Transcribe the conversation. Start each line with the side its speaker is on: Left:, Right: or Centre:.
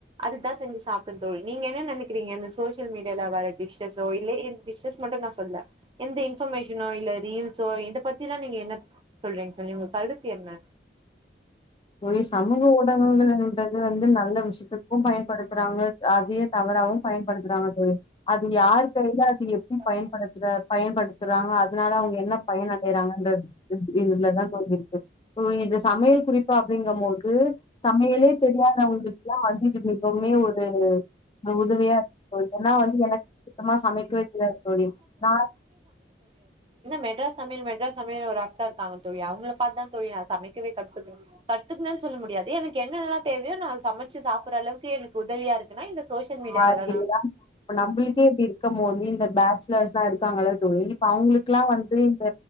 Right: அதுதான் செஞ்சு சாப்புன்னு தோழ் நீங்க என்ன நெனக்கிறிங்க இரு சோசியல் மீடியால வர டிஷ்ஸோ இல்ல டிஷஸ் மட்டும் நான் சொல்ல எந்த இன்ஃபர்மேஷனோ இல்ல ரீல்ஸோ இதை பத்தி எல்லாம் நீங்க என்ன சொல்றீங்க தோழி உங்க கருத்து என்ன
Left: தோழி சமூக ஊடகங்கள்ன்றது வந்து நல்ல விஷயத்துக்கும் பயன்படுத்துறாங்க அதே தவ றா பயன்படுத்துறாங்க தோழி அது யார்ரு கையில அது
Right: கைல
Left: எப்டி பயப பயன்படுத்துறாங்க அதுனால அவங்க என்ன பயனடைறாங்க இதுலதான் தோழி இருக்கு இந்த சமையல் குறி அப்டிங்கும்போது சமையலே தெரியாதவங்களுக்குல்லாம் ஒரே ஒரு உதவியா இருக்கு ஏன்னா வந்து எனக்கு சுத்தமா சமைக்கவே தெரியா தோழி நான்
Right: மெட்ரா சமையல் மெட்ரா சமையல் ஒரு அக்கா இருக்காங்க தோழி அவங்க பார்த்தான் தோழி சமை கத்துக்கணும் கத்துக்கணுனு சொல்ல முடியாது எனக்கு என்னெல்லா தேவையோ நான் சமைச்சு சாப்புற அளவுக்கு எனக்கு உதவியா இருக்குனா இந்த சோசியல் மீடியாவால
Left: அப்டி தான் இப்ப நம்முளுக்கே இப்டி இருக்கும் போது இந்த பேச்சலர்ஸ் லான் இருக்காங்கள தோழி இப்ப அவுங்களுக்குல்லாம் வந்து இந்த